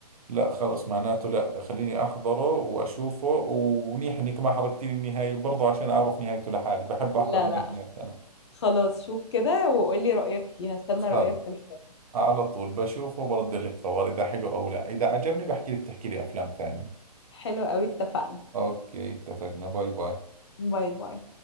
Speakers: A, on the right; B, on the left.
A: لا خلص معناته لا خليني أحضره وأشوفه ومنيح إنك ما حرقتي لي النهاية برضه عشان أعرف نهايته لحالي بحب
B: لا
A: أحضر النهايات
B: لا
A: أنا
B: خلاص شوف كده وقولي رأيك فيها استنى
A: خلص
B: رأيك في الفيلم
A: على طول بشوفه وبرد لك خبر إذا حلو أو لا إذا عجبني بحكي لك تحكي لي أفلام ثانية
B: حلو قوي اتفقنا
A: اوكي اتفقنا باي باي
B: باي باي